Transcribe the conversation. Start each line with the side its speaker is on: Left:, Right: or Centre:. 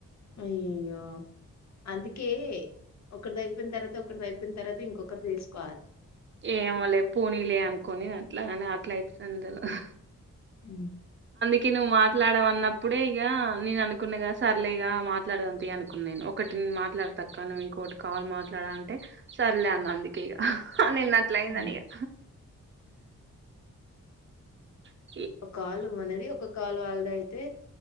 Left: అయ్యో అందుకే ఒకరిది అయిపోయిన తర్వాత ఒకరిది అయిపోన తర్వాత ఇంకొకరు చేసుకోవాలే
Right: ఏమో లే పోనీలే అనుకోని ఆ అట్లాగానే అట్లా అయితది అని తెల్వదు
Left: హు
Right: కి నువ్వు మాట్లాడవ అన్నప్పుడే ఇగ నేను అనుకున్నా కదా సర్లే ఇగ మాట్లాడదము తీయి అనుకున్నా నేను ఒకటి నేను మాట్లాడత అక్క నువ్వు ఇంకోటి కాల్ మాట్లాడ అంటే సర్లే అన్న అందుకే ఇగ హా నిన్న అట్లయింది
Left: ఉమ్.
Right: అని ఇగా ఆ
Left: ఒక కాలు మనది ఒక కాలు వాళ్ళది అయితే